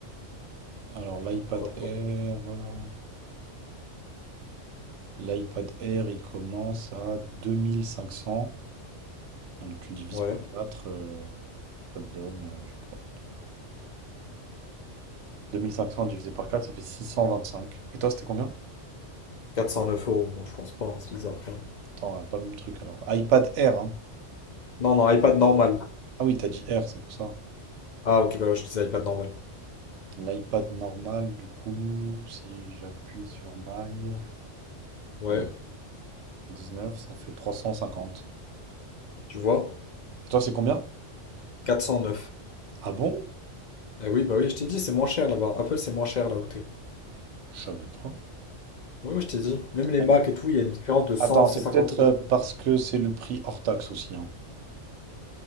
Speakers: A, on the right; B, on the left.
A: Alors, l'iPad
B: Enfin, Pourquoi pas?
A: Air. euh, L'iPad Air, il commence à 2500. Donc, tu divises
B: Ouais,
A: par 4, ça te donne, euh, je sais pas. 2500 divisé par 4, ça fait 625. Et toi, c'était combien?
B: 409 euros. Bon, je pense pas, hein, c'est bizarre quand même.
A: Attends, on pas le même truc alors. iPad Air, hein.
B: Non, non, iPad normal.
A: Ah oui, t'as dit Air, c'est pour ça.
B: Ah, ok, bah ouais, je disais iPad normal.
A: L'iPad normal, du coup, si j'appuie sur Buy,
B: Ouais,
A: euh, neuf ça fait 350.
B: tu vois,
A: Et toi, c'est combien?
B: quatre cent neuf
A: Ah bon?
B: Eh oui, bah oui, je t'ai dit, c'est moins cher là-bas. Apple, c'est moins cher là où t'es.
A: Je savais pas.
B: Oui, oui, je t'ai dit. Même les
A: Ah
B: Mac
A: bon.
B: et tout, il y a une différence de 100
A: Attends,
B: 150
A: c'est peut-être
B: euros.
A: euh, parce que c'est le prix hors taxe aussi, hein.